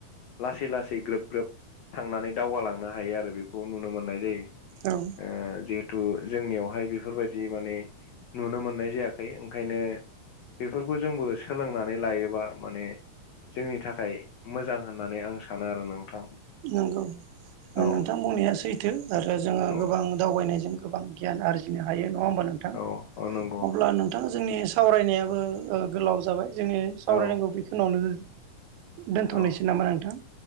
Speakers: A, on the left (about 80°); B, on the right (about 80°).
A: लासै लासै ग्रोब ग्रोब थांनानै दावगालांनो हायो आरो बेखौ नुनो मोननाय जायो
B: औ
A: ओ जिहेतु जोंनियावहाय बेफोरबायदि माने नुनो मोननाय जायाखै ओंखायनो बेफोरखौ जोंबो सोलोंनानै लायोबा माने जोंनि थाखाय मोजां होननानै आं सानो आरो नोंथां
B: नोंगौ
A: औ
B: नोंथां बुंनाया सैथो आरो जोङो
A: औ
B: गोबां दावबायनायजों गोबां गियान आरजिनो हायो नङा होमबा नोंथां
A: औ औ नंगौ
B: अब्ला नों नोंथाङा जोंनि सावरायनायाबो ओ गोलाव जाबाय जोंनि सावरायनायखौ
A: औ
B: बे खिनियावनो दोनथ'नोसै
A: औ
B: नामा नोंथां